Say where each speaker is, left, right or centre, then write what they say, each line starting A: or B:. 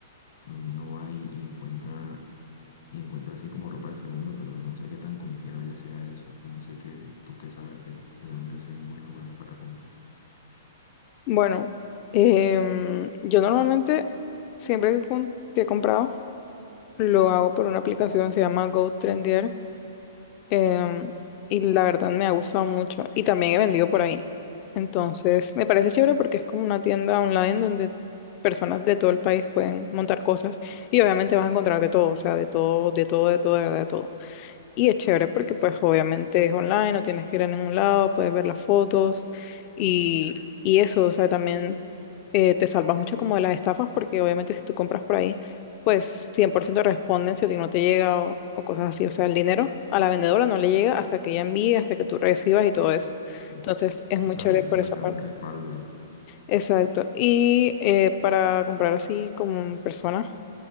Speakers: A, on the left; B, on the left.
A: donde uno va y, y encuentra, y encuentra así como ropa de segunda, pero no sé qué tan confiable sea eso. No sé qué, tú qué sabes de, de dónde es un buen lugar para comprar.
B: Bueno, em, yo normalmente, siempre que, com- que he comprado, Lo hago por una aplicación, se llama GoTrendier, em, y la verdad me ha gustado mucho y también he vendido por ahí. Entonces, me parece chévere porque es como una tienda online donde personas de todo el país pueden montar cosas y obviamente vas a encontrar de todo, o sea, de todo, de todo, de todo, de verdad, de todo. Y es chévere porque pues obviamente es online, no tienes que ir a ningún lado, puedes ver las fotos y, y eso, o sea, también eh, te salvas mucho como de las estafas porque obviamente si tú compras por ahí, pues 100% responden si a ti no te llega o, o cosas así. O sea, el dinero a la vendedora no le llega hasta que ella envíe, hasta que tú recibas y todo eso.
A: Sí.
B: Entonces es muy
A: O sea,
B: chévere
A: ya
B: por
A: como
B: esa
A: que te
B: parte.
A: da un respaldo ahí.
B: Exacto. Y eh, para comprar así como en persona,